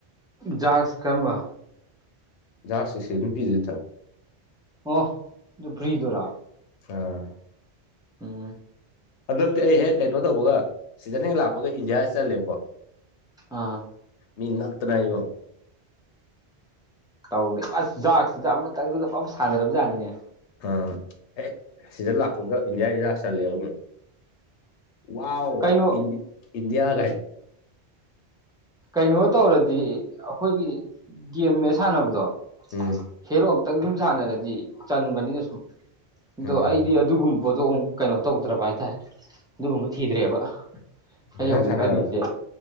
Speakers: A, in the centre; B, on the left (about 85°).
A: ꯖꯥꯁ ꯀꯔꯝꯕ
B: ꯌꯥ ꯑꯁꯦ ꯁꯦ ꯅꯨꯄꯤꯤꯗꯦꯗ
A: ꯑꯣ ꯑꯗꯨ ꯐ꯭ꯔꯤꯗꯨꯔꯥ
B: ꯑꯥ
A: ꯑꯣ
B: ꯍꯟꯗꯛꯇꯤ ꯑꯩ ꯍꯦꯛ ꯀꯩꯅꯣ ꯇꯧꯕꯒ ꯁꯤꯖꯟ ꯍꯦꯛ ꯂꯥꯛꯄꯒ ꯏꯟꯗꯤꯌꯥ ꯆꯜꯂꯦꯕꯀꯣ
A: ꯑꯥ
B: ꯃꯤ ꯅꯛꯇ꯭ꯔ ꯍꯥꯏꯒꯣ
A: ꯇꯧꯔꯦ ꯑꯁ ꯖꯥꯛꯁꯤꯗ ꯑꯃꯇꯪꯗꯨꯗ ꯑꯃ ꯁꯥꯟꯅꯔꯕꯖꯥꯠꯅꯤꯅꯦ
B: ꯑꯥ ꯑꯦ ꯁꯤꯗ ꯂꯥꯛꯄꯗ ꯏꯟꯗꯤꯌꯥꯁꯤ ꯂꯥꯛ ꯆꯜꯂꯦꯕ ꯑꯃꯨꯛ ꯋꯥ
A: ꯀꯩꯅꯣ
B: ꯏꯟꯗꯤ ꯏꯟꯗꯤꯌꯥ ꯀꯥꯏ
A: ꯀꯩꯅꯣ ꯇꯧꯔꯗꯤ ꯑꯩꯈꯣꯏꯒꯤ ꯒꯦꯝꯅꯦ ꯁꯥꯟꯅꯕꯗꯣ
B: ꯎꯝ
A: ꯍꯦꯔꯣ ꯈꯤꯇꯪ ꯁꯨꯝ ꯁꯥꯟꯅꯔꯗꯤ ꯆꯟꯕꯅꯤꯅ ꯁꯨꯝ ꯑꯗꯣ
B: ꯎꯝ
A: ꯑꯩꯗꯤ ꯑꯗꯨꯒꯨꯝꯕ ꯄꯣꯠꯇꯣ ꯑꯃꯨꯛ ꯀꯩꯅꯣ ꯇꯧꯗ꯭ꯔꯕ ꯍꯥꯏꯇꯥꯔꯦ ꯑꯗꯨꯒꯨꯝꯕ ꯊꯤꯗ꯭ꯔꯦꯕ
B: ꯉꯁꯥꯡ
A: ꯑꯩ ꯍꯧꯖꯤꯛ
B: ꯁꯥꯟꯅꯔꯕ
A: ꯈꯜꯂꯤꯁꯦ